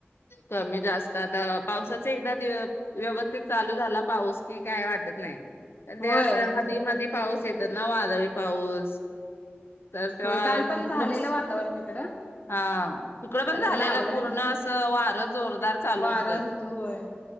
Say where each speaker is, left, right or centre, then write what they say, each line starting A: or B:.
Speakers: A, on the left; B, on the left.
A: कमी जास्त आता पावसाच एकदा व्यवस्थित चालू झाला पाऊस कि काय वाटत नाही. अ
B: होय
A: ते असं आधी मधी पाऊस शेतात ना वादळी पाऊस तर तेव्हा
B: होय. काल पण झालेलं
A: नुकस
B: वातावरण इकडं.
A: हा इकडं पण झालेलं
B: लागला
A: पूर्ण
B: नाही
A: असं वार जोरदार चालू
B: वारच
A: होत म्हण
B: होय